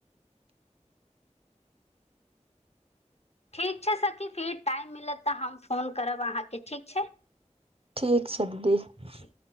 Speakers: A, on the left; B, on the right.
A: ठीक छै सखी फेर टाइम मिलत तऽ हम फोन करब अहाँके ठीक छै
B: ठीक छै दीदी
A: ठीक